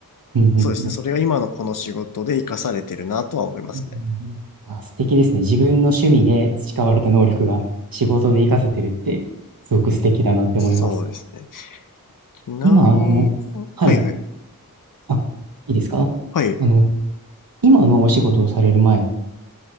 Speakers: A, on the right; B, on the left.
A: うんうんうん。
B: うですね。それが今のこの仕事で活かされてるなとは思いますね。
A: うんうんうんあ、素敵ですね。自分の趣味で培われた能力が仕事で活かせてるって、すごく素敵だなって思います。
B: そうですね。ちなみに、
A: 今、あの、はい。
B: はいはい。
A: あ、いいですか
B: はい。
A: あの、今のお仕事をされる前っ